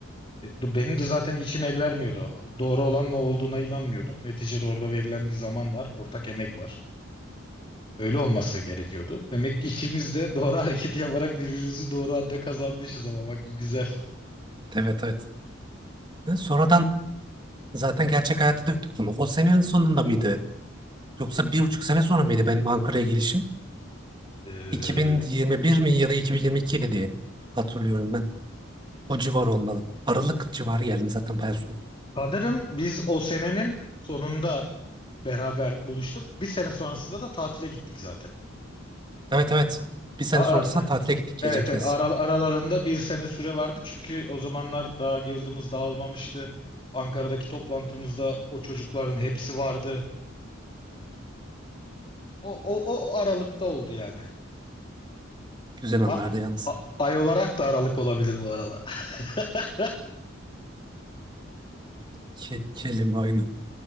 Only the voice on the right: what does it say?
Evet evet. Ne, Sonradan zaten gerçek hayata döktük bunu. O senenin sonunda mıydı? Yoksa bir buçuk sene sonra mıydı benim Ankara'ya gelişim?
2021 mi ya da 2022'ydi diye hatırlıyorum ben. O civar olmalı. Aralık civarı geldim zaten bayağı son.
Evet evet. Bir sene
sonrasında tatile gittik gelecek
yaz.
Güzel
anlardı yalnız.
Ke kelime oyunu.